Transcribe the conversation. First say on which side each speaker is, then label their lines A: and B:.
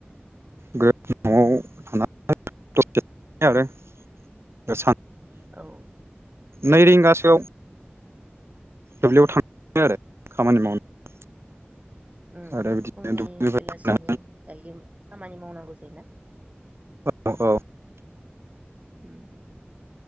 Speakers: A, on the right; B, on the right.
A: न'आव थानानै द'से आरो सान
B: औ
A: नै रिंगासोआव दुब्लियाव थाङो आरो खामानि मावनो।
B: उम
A: आरो बिदिनो
B: फुंनि
A: दुब्लिनिफ्राय
B: बेलासिनि दायो खामानि मावनांगौ जायोना।
A: औ औ <inaudible>
B: उम